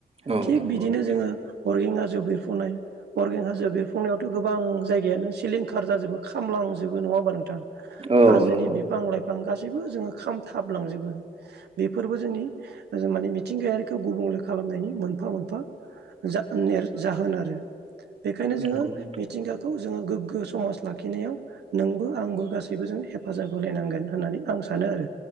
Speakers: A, on the right; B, on the right.
A: औ
B: थिग
A: नंगौ
B: बिदिनो
A: नोंथां
B: जोङो अरगें हाजो हाजो बिरफुंनाय अरगें हाजोआव बिरफुंनायावथ गोबां जायगायानो सिलिंखार जाजोबो खामलांजोबो नङा नङा होमबा नोंथां
A: औ
B: हाजोनि
A: नंगौ
B: बिफां लाइफां गासैबो जोङो खामथाबलांजोबो बेफोरबो जोंनि माने मिथिंगायारिखौ गुबुंले खालामनायनि मोनफा मोनफा जा जाहोन आरो। बेखायनो
A: नंगौ
B: जोङो
A: नोंथां
B: मिथिंगाखौ जोङो गोग्गो समाज लाखिनायाव नोंबो आंबो गासि बयबो जों हेफाजाब होलाय नांगोन होननानै आं सानो